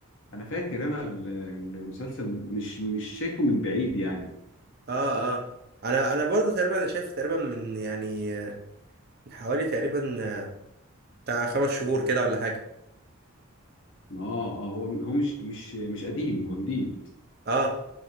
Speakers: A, on the left; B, on the right.
A: انا فاكر انا ال- المسلسل مش مش شايفه من بعيد يعني
B: اه اه انا انا برضو تقريبا انا شايف تقريبا من يعني آه، من حوالي تقريبا آه، بتاع خمس شهور كده ولا حاجه
A: ما اه اه هو هو مش مش مش قديم هو جديد
B: اه